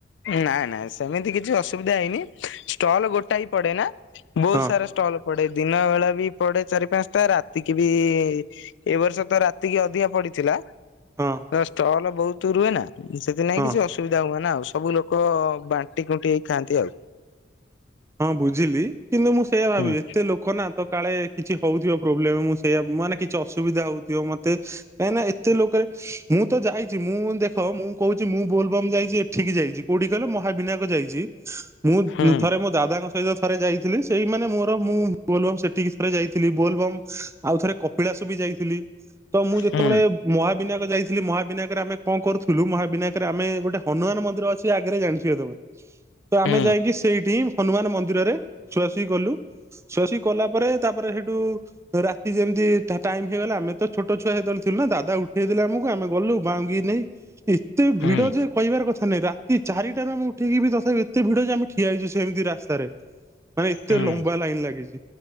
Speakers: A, on the left (about 85°); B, on the right (about 15°).
A: ନାଇ ନାଇଁ ସେମିତି କିଛି ଅସୁବିଧା ହେଇନି ଷ୍ଟଲ ଗୋଟାଇ ପଡେ ନା। ବହୁତ
B: ହଁ
A: ସାରା ଷ୍ଟଲ ପଡେ ଦିନ ବେଳା ବି ପଡେ ଚାରି ପାଞ୍ଚଟା ରାତିକି ବି ଏ ବର୍ଷ ତ ରାତିକି ଅଧିକ ପଡିଥିଲା
B: ହଁ
A: ଷ୍ଟଲ ବହୁତ ରୁହେ ନା ସେଥିନାଇଁ
B: ହଁ।
A: କିଛି ଅସୁବିଧା ହୁଏ ନା ଆଉ ସବୁ ଲୋକ ଲୋକ ବାଣ୍ଟି କୁଣ୍ଟି ହେଇ ଖାଆନ୍ତି ଆଉ।
B: ହଁ ବୁଝିଲି କିନ୍ତୁ ମୁଁ ସେଇୟଆ ଭାବିବି
A: ହୁଁ
B: ଏତେ ଲୋକ ଲୋକ ନା ତ କାଳେ କିଛି ହଉଥିବ ପ୍ରୋବ୍ଲେମ ମୁଁ ସେଇଆ ମ ମାନେ କିଛି ଅସୁବିଧା ହଉଥିବ ମତେ କାଇଁ ନା ଏତେ ଲୋକରେ ମୁଁ ତ ଯାଇଛି ମୁଁ ଦେଖ ମୁଁ କହୁଛି ମୁଁ ବୋଲବମ ଯାଇଛି। ଠିକ ଯାଇଛି କୋଉଠି କହିଲ ମହାବିନାୟକ ଯାଇଛି ମୁଁ
A: ହୁଁ
B: ଥରେ ମେ ଦାଙ୍କ ସହିତ ଥରେ ଯାଇଥିଲି ସେଇମାନୋନେ ମୋର ମୁଁ ବୋଲବମ୍ ସେଠି ଥରେ ଯାଇଥିଲି ବୋଲବମ୍ ଆଉ ଥରେ ପିଳାସ ବି ଯାଇଥିଲି ତ ମୁଁ ଯେତେବେଳେ
A: ହୁଁ
B: ମହାବିନାୟକ ଯାଇଥିଲି ମହାବିନାୟକରେ ଆମେ କଣ କରୁଥିଲୁ ମହାବିନାୟକରେ ଆମେ ଗୋଟେ ହନୁମାନ ମନ୍ଦିର ଅଛି ଆଗରେ ଜାଣିଥିବେ ତମେ ତ ଆମେ
A: ହୁଁ
B: ଯାଇକି ସେଇଠି ହିଁ ହନୁମାନ ମନ୍ଦିରରେ ସୁଆସୁଇ କଲୁ। ସୁଅ ଶୁଇ କଲା ପରେ ତାପରେ ହେଠୁ ରାତି ଯେମିତି ଟାଇମ ହେଇଗଲା ଆମେ ତ ଛୋଟ ଛୁଆ ସେତେବେଳେଥିଲୁ ନା ଦାଦ ଉଠେଇ ଦେଲେ ଆମକୁ ଆମେ ଗଲୁ <unintelligible> <inaudible> ଏତେ
A: ହୁଁ
B: ଭିଡ଼ ଯେ କହିବାର କଥା ନାଇଁ ରାତି ଚାରିଟାରୁ ଆମେ ଉଠିକି ବି ତଥାପି ଏତେ ଭିଡ଼ ଯେ ଆମେ ଠିଆ ହେଇଛ ସେମତି ରାସ୍ତାରେ ମାନେ ଏତେ
A: ହୁଁ
B: ଲମ୍ବା ଲାଇନ ଲାଗିଛି